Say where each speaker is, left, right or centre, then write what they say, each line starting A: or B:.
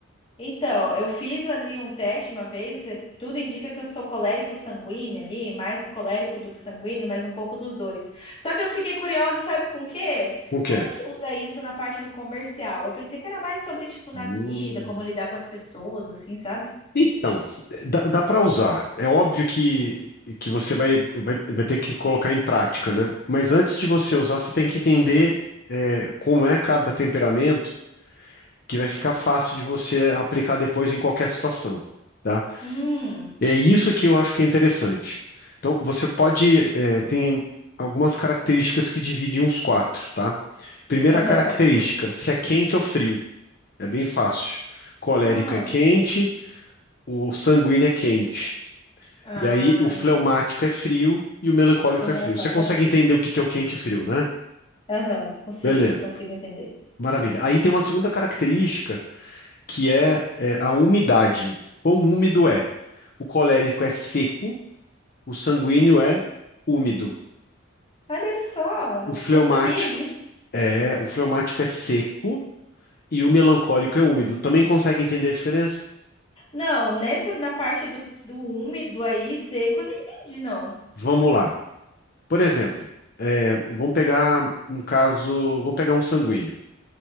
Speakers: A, on the left; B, on the left.
A: Então, eu fiz ali um teste uma vez, eh, tudo indica que eu sou colérico sanguíneo ali, mais colérico do que sanguíneo, mas um pouco dos dois. Só que eu fiquei curiosa, sabe com o quê?
B: O que
A: Como
B: é?
A: que usa isso na parte do comercial? Eu pensei que era mais sobre, tipo, na
B: Hum.
A: vida, como lidar com as pessoas, assim, sabe?
B: Então, dá, dá para usar. É óbvio que, que você vai, vai, vai ter que colocar em prática, né? Mas antes de você usar, você tem que entender é, como é cada temperamento, que vai ficar fácil de você aplicar depois em qualquer situação, tá?
A: Hum,
B: É isso que eu acho que é interessante. Então, você pode, é, tem algumas características que dividem os quatro, tá? Primeira
A: aham.
B: característica, se é quente ou frio. É bem fácil. Colérico
A: Ah,
B: é quente, O sanguíneo é quente.
A: ah.
B: E aí o fleumático é frio e o melancólico
A: E o melancólico
B: é frio. Você consegue
A: é frio.
B: entender o que que é o quente e frio, né?
A: Aham, consigo,
B: Beleza,
A: consigo entender.
B: maravilha. Aí tem uma segunda característica que é, é, a umidade. Quão úmido é? O colérico é seco, o sanguíneo é úmido.
A: Olha só,
B: O fleumático
A: não sabia disso.
B: é, o fleumático é seco e o melancólico é úmido. Também consegue entender a diferença?
A: Não, nessa na parte do, do úmido aí, seco, eu não entendi, não.
B: Vamos lá. Por exemplo, é, vamos pegar um caso, vamos pegar um sanguíneo.